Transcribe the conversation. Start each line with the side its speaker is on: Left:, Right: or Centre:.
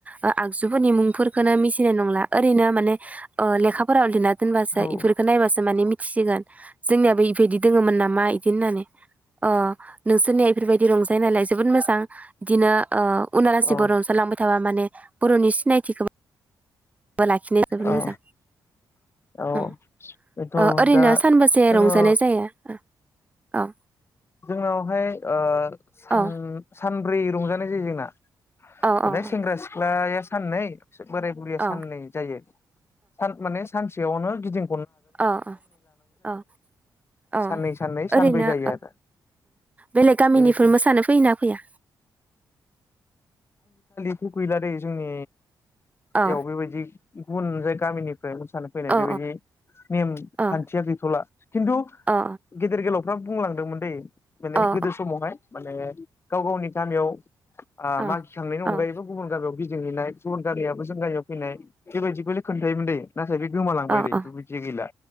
Right: ओ आगजुफोरनि मुंफोरखोनो मिथिनाय नंला ओरैनो माने ओ लेखा फोराव लिरना दोनबासो
Left: औ
Right: बेफोरफोरखौ नायबासो माने मिथिसिगोन जोंनियाबो इबायदि दङोमोन नामा इदि होनानै ओ नोंसोरनिया इफोरबायदि रंजायो नालाय जोबोद मोजां बिदिनो ओ उनालासिबो
Left: औ
Right: रंजालांबाय थाबा माने बर'नि सिनायथि <unintelligible> लाखिनाया जोबोद
Left: औ
Right: मोजां
Left: औ
Right: ।
Left: बेथ'
Right: ओं ओरैनो
Left: दा
Right: सानबसे
Left: जोङो
Right: रंजानाय जायो ओ? औ
Left: जोंनावहाय ओ सान
Right: औ
Left: सान ब्रै रंजानाय जायो जोंना
Right: औ
Left: माने
Right: औ
Left: सेंग्रा सिख्लाया सान नै बोराय बुरिया
Right: औ
Left: साननै जायो सान माने सान सेयावनो गिदिं
Right: औ औ औ
Left: साननै साननै सानब्रै
Right: ओरैनो
Left: जायो आरो
Right: बेलेग गामिनिफोर
Left: बेबायदि
Right: मोसानो फैयोना फैया?
Left: बेथ' गैला दै जोंनि
Right: औ
Left: एयावबो बेबायदि गुबुन जाय गामिनि मोसानो फैनाय
Right: औ
Left: बेबायदि नेम
Right: औ
Left: खान्थिया गैथ'ला खिन्थु
Right: औ
Left: गेदेर गोलाव मा बुंलांदोंमोन दै माने
Right: औ
Left: गोदो समावहाय माने गाव गावनि गामियाव आ
Right: औ
Left: मा थांनायनि अनगायैबो गुबुन जागायाव बिदिहैनाय गुबुन गामियाबो फैनाय बेबायदिखौल खोन्थायोमोन दै नाथाय बे गोमालांबाय
Right: औ
Left: दै बिदि गैला